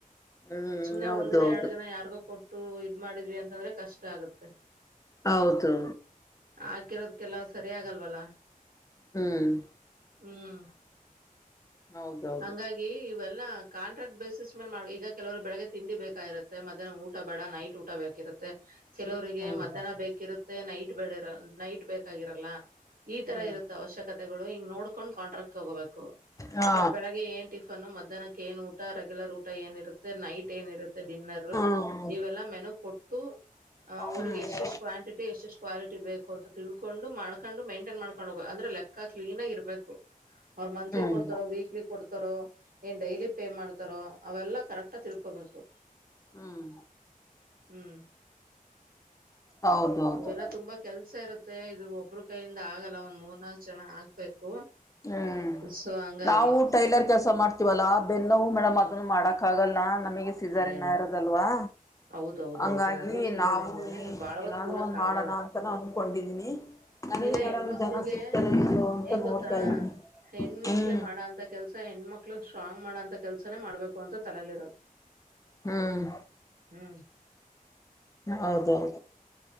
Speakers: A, on the left; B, on the right.
A: ಹ್ಮ್
B: ಸುಮ್ನೆ
A: ಹೌದೌದು
B: ಒಂದ್ ದಿನ ಎರಡ್ ದಿನ ಯಾರಿಗೋ ಕೊಟ್ಟು ಇದ್ ಮಾಡಿದ್ವಿ ಅಂತಂದ್ರೆ ಕಷ್ಟ ಆಗತ್ತೆ
A: ಹೌದುದು
B: ಹಾಕಿರೋದ್ಕ್ಕೆಲ್ಲ ಸರಿ ಆಗಲ್ವಲ್ಲ
A: ಹ್ಮ್
B: ಹ್ಮ್
A: ಹೌದೌದು
B: ಹಂಗಾಗಿ ಇವೆಲ್ಲ ಲ್ಲ ಕಾಂಟ್ರಾಕ್ಟ್ ಬೇಸ್ ಮೇಲ್ ಮಾಡ ಈಗ ಕೆಲವರು ಬೆಳಗ್ ತಿಂಡಿ ಬೇಕಾಗಿರುತ್ತೆ ಮದಹ್ ಊಟೇಡ ನೈಟ್ ಊಟ ಬೇಕಿರುತ್ತೆ ಕೆಲವರಿಗೆ
A: ಹ್ಮ್
B: ಮಧ್ಯಾಹ್ನ ಬೇಕಿರುತ್ತೆ ನೈಟ್ ಬೇಡ ಇರ ನೈಟ್ ಬೇಕಾಗಿರಲ್ಲ ಈ ತರ
A: ಹ್ಮ್
B: ಇರುತ್ತ ಅವಶ್ಯಕತೆಗಳು ಹಿಂಗ ನೋಡ್ಕೊಂಡ್ ಕಾಂಟ್ರಾಕ್ಟ್ ಹೋಗೋಬೇಕು
A: ಹಾ
B: ಬಟ್ ಬೆಳಿಗ್ಗೆ ಏನ್ ಟ ಮಧ್ಯಾಹ್ಕ್ಕೆ ಏ ಊಟ ರೆಗ್ಯುಲರ್ ಊಟ ಏನ್ರುತ್ತೆ ನೈಟ್ ಏನಿರುತ್ತೆ ಡಿನ್ನರ್
A: ಹ್ಮ್
B: ಇವೆಲ್ಲಾ ಮೆನು ಕೊಟ್ಟು ಆ ಅವ್ರಿಗೆ
A: ಹ್ಮ್
B: ಎಷ್ಟ ಎಷ್ಟು ಕ್ವಾಂಟಿ ಎಷ್ಟು ಕ್ವಾಲಿಟಿ ಬೇಕು ಅಂತ ತಿಳ್ಕೊಂಡು ಮಾಡ್ಕೊಂಡು ಮೈಂಟನ್ ಮಾಡ್ಕೊಂಡು ಕೊಂಡ್ ಹೋಗ ಅಂದ್ರೆ ಲೆಕ್ಕ ಕ್ಲೀನ್ ಆಗ ಇರ್ಬೇಕು ಅವ್ರು ಮಂತ್ಲಿ
A: ಹ್ಮ್
B: ಕೊಡ್ತಾರೋ ವೀಕ್ಲಿ ಕೊಡ್ತಾರೋ ಏನ್ ಡೈಲಿ ಪೇ ಮಾಡ್ತಾರೋ ಅವೆಲ್ಲಾ ಕರೆಕ್ಟ ತಿಳ್ಕೊಬೇಕು
A: ಹ್ಮ್
B: ಹ್ಮ್
A: ಹೌದೌದು
B: ಇವೆಲ್ಲಾ ತುಂಬಾ ಕೆಲ್ಸ ಇರುತ್ತೆ ಇದು ಒ ಒಬ್ರು ಕೈಯಿಂದ ಆಗಲ್ಲ ಒಂದ್ ಮೂರ್ ನಾಲ್ಕ್ ಜನ ಆಗ್ಬೇಕು
A: ಹ್ಮ್
B: ಸೊ ಹಂಗಾಗಿ
A: ನಾವು ಟೈಲರ್ ಮಾಡ್ತೀವಲ್ಲಾ ಬೆನ್ನವು ಮೇಡಮ್ ಅದನ್ನು ಮಾಡಕ್ ಆಗಲ್ಲನಾ ನಮಗೆ ಸೀಜಾರ್ನ
B: ಏ
A: ಇರೋದಲ್ವಾ
B: ಹೌದೌದೌದು
A: ಹಂಗಾಗಿ
B: ನನಗೂ ಸಿಜರನ್
A: ನಾವು
B: ದೆ ಬಾಳವತ್
A: ಏನಾದ್ರು
B: ಕೂರಕ್
A: ಒಂದ್ ಮಾಡೋಣ
B: ಆಗಲ್ಲ
A: ಅಂತಾನ ಅನ್ಕೊಂಡಿದೀನಿ ನನಗೂ
B: ಇಲ್ಲ
A: ಯಾರಾದ್ರು
B: ಹೆಣ್ಮಕ್ಳಿಗೆ
A: ಜನ ಸಿಗ್ತಾರ ಇಲ್ಲೋ ಅಂತ
B: ಹೆಂಗ
A: ನೋಡ್ತಾ
B: ಗೊತ್ತಾ
A: ಇದೀನಿ
B: ಹೆಣ್ಮಕ್ಳೇ
A: ಹ್ಮ್
B: ಮಾಡ ಅಂತ ಕೆಲ್ಸ ಹೆಣ್ಮಕ್ ಮಕ್ಳು ಸ್ಟ್ರಾಂಗ್ ಮಾಡೋಂತ ಕೆಲ್ಸನೇ ಮಾಡ್ಬೇಕು ಅಂತ ತಲೆಲಿ ಇರೋದು
A: ಹ್ಮ್
B: ಹ್ಮ್
A: ಹೌದೌದು